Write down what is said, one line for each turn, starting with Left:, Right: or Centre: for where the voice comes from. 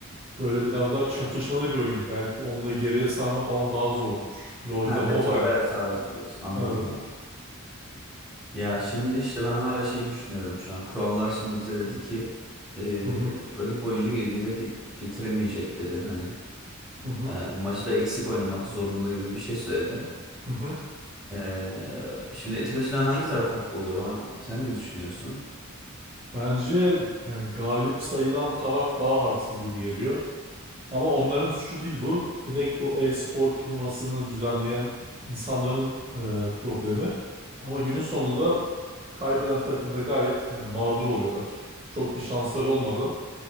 Right: Böyle biraz daha çatışmalı bir oyun. Belki onunla geriye sarma falan daha zor olur. LoL'de
Centre: Ha
Right: MOBA'ya.
Centre: Battle Royale tarzı diyorsun. Anladım
Right: Evet.
Centre: anladım. Ya şimdi işte ben hala şey düşünüyorum şu an. Kurallar şimdi bize dedi ki e,
Right: Hı hı.
Centre: rakip oyuncu ge- yedek get- getiremeyecek dedin hani.
Right: Hı hı.
Centre: E, maçı da eksik oynamak zorunda gibi bir şey söyledin.
Right: Hı hı.
Centre: E, şimdi etik açıdan hangi taraf haklı oluyor bana? Sen ne düşünüyorsun?
Right: Bence yani galip sayılan taraf daha haksız gibi geliyor. Ama onların suçu değil bu. Direkt o e-spor turnuvasını düzenleyen insanların e, problemi. Ama günün sonunda kaybeden takım da gayet yani mağdur oluyorlar. Çok bir şansları olmadan,